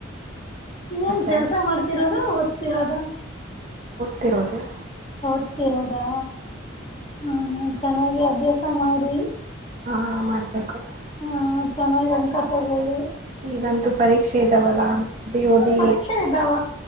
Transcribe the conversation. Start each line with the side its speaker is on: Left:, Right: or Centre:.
Left: ಏನ್
Right: ಮತ್ತೆ
Left: ಕೆಲ್ಸ ಮಾಡ್ತಿರೋದ ಓದ್ತಿರೋದ <unintelligible>
Right: ತಿರೋದು <unintelligible>
Left: ಓದ್ತಿರೋದಾ ಹ್ಮ ಚೆನ್ನಾಗಿ ಅಭ್ಯಾಸ ಮಾಡಿ <unintelligible>
Right: ಹಾ ಮಾಡ್ಬೇಕು <unintelligible>
Left: ಹಾ ಚೆನ್ನಾಗಿ ಅಂಕ ತಗೊಳ್ಳಿ <unintelligible>
Right: ಈಗಂತೂ ಪರೀಕ್ಷೆ ಇದಾವಲ್ಲ ಮತ್ತೆ ಓದಿ
Left: ಪರೀಕ್ಷೆ ಇದ್ದಾವ